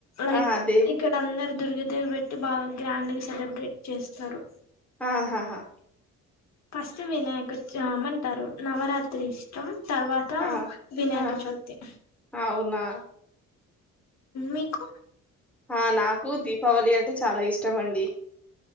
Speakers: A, on the left; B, in the centre.
A: లైక్
B: ఆ అదే
A: ఇక్కడ అందరు దుర్గాదేవి పెట్టి బాగా గ్రాండ్ గా సెలబ్రేట్ చేస్తారు.
B: ఆహాహా
A: ఫస్ట్ వినాయక చవితి అంటారు నవరాత్రి ఇష్టం తర్వాత త
B: ఆ
A: వినాయక
B: ఆ
A: చవితి
B: అవునా
A: మీకు
B: ఆ నాకు దీపావళి అంటే చాలా ఇష్టం అండి.